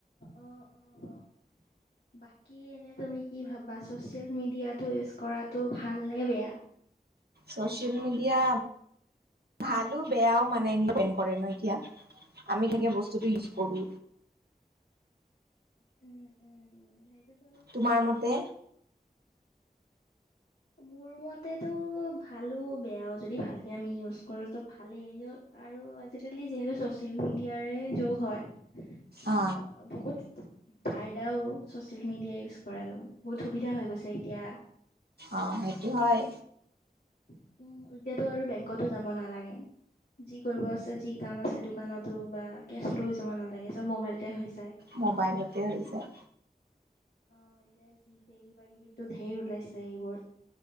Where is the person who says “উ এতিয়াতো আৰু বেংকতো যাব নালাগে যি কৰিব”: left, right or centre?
Left